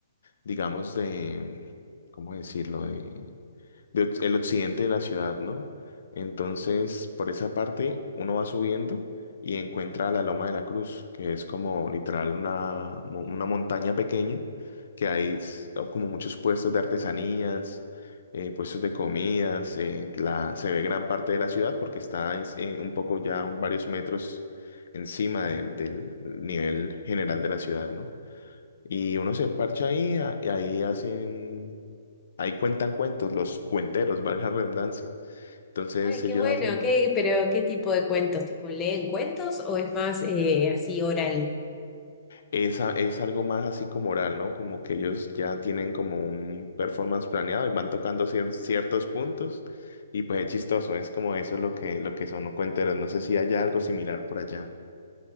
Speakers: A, on the left (about 65°); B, on the left (about 15°).
A: digamos, de, ¿cómo decirlo? de oc- el occidente de la ciudad, ¿no? Entonces, por esa parte, uno va subiendo y encuentra la Loma de la Cruz, que es como literal una, mo- una montaña pequeña, que hay s- como muchos puestos de artesanías, eh, puestos de comidas, eh, la, se ve gran parte de la ciudad porque está en- en un poco ya varios metros encima del, del nivel general de la ciudad, ¿no? Y uno se parcha ahí, a- y ahí hacen, ahí cuentan cuentos, los cuenteros, valga la redundancia. Entonces
B: Ay, qué
A: ellos
B: bueno,
A: hacen,
B: qué, pero ¿qué tipo de cuentos? ¿Tipo leen cuentos o es más eh, así oral?
A: esa, es algo más así como oral, ¿no? Como que ellos ya tienen como un performance planeado y van tocando cier- ciertos puntos y pues es chistoso, es como eso es lo que, lo que son los cuenteros. No sé si haya algo similar por allá.